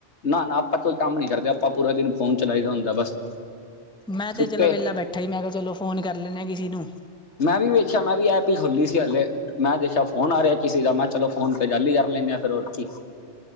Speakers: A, on the left (about 75°); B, in the centre.
A: ਨਾ-ਨਾ ਆਪਾਂ ਕੋਈ ਕੰਮ ਨੀ ਕਰਦੇ ਆਪਾਂ ਪੂਰਾ ਦਿਨ ਫੋਨ ਚਲਾਈ ਦਾ ਹੁੰਦਾ ਬਸ।
B: ਮੈਂ ਤੇ
A: ਸੁੱਤੇ
B: ਚਲੋ ਵੇਲਾ ਬੈਠਾ ਈ ਮੈਂ ਕਿਆ ਚਲੋ ਫੋਨ ਕਰ ਲੈਣੇ ਆ ਕਿਸੀ ਨੂੰ।
A: ਮੈਂ ਵੀ ਵੇਖਿਆ ਮੈਂ ਵੀ ਐਪ ਈ ਖੋਲੀ ਸੀ ਹਲੇ ਮੈਂ ਦੇਖਿਆ ਫੋਨ ਆ ਰਿਆ ਕਿਸੀ ਦਾ ਮਹਾ ਚਲੋ ਫੋਨ ਤੇ ਗੱਲ ਈ ਕਰ ਲੈਣੇ ਆ ਫੇਰ ਹੋਰ ਕੀ